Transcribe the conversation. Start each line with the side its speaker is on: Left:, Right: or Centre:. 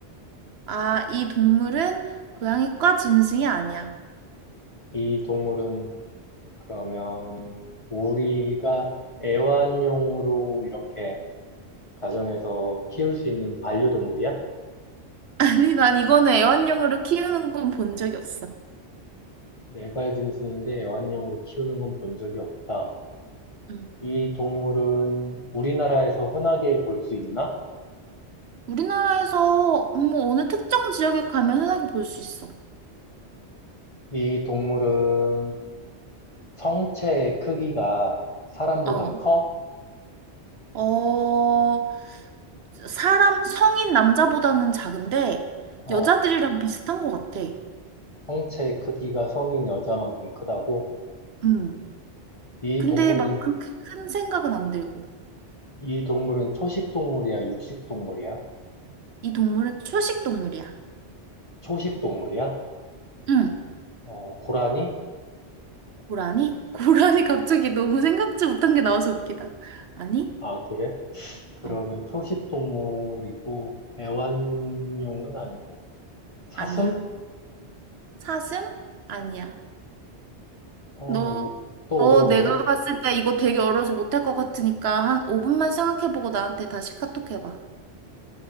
Right: 아, 이 동물은 고양이과 짐승이 아니야.
Left: 이 동물은 그러면 우리가 애완용으로 이렇게 가정에서 키울 수 있는 반려동물이야?
Right: <laughs> 아니, 난 이거는 애완용으로 키우는 건 본 적이 없어.
Left: 네발 짐승인데 애완용으로 키우는 건 본 적이 없다.
Right: 응.
Left: 이 동물은 우리나라에서 흔하게 볼 수 있나?
Right: 우리나라에서 뭐 어느 특정 지역에 가면 흔하게 볼 수 있어.
Left: 이 동물은 성체의 크기가 사람보다
Right: 어.
Left: 커?
Right: 어, 사람, 성인 남자보다는 작은데
Left: 어,
Right: 여자들이랑 비슷한 것 같아.
Left: 성체의 크기가 성인 여자만큼 크다고?
Right: 음.
Left: 이
Right: 근데
Left: 동물은,
Right: 막 그렇게 큰 생각은 안 들고.
Left: 이 동물은 초식 동물이야, 육식 동물이야?
Right: 이 동물은 초식 동물이야.
Left: 초식 동물이야?
Right: 응.
Left: 어, 고라니?
Right: 고라니? <laughs> 고라니 갑자기 너무 생각지 못한 게 나와서 웃기다. 아니?
Left: 아, 그래? 그러면
Right: 어,
Left: 초식 동물이고, 애완용은 아니고, 사슴?
Right: 아니야. 사슴? 아니야.
Left: 어,
Right: 너,
Left: 이거 또
Right: 너
Left: 어려운데?
Right: 내가 봤을 때 이거 되게 어려워서 못 할 것 같으니까 한 5분만 생각해보고 나한테 다시 카톡 해봐.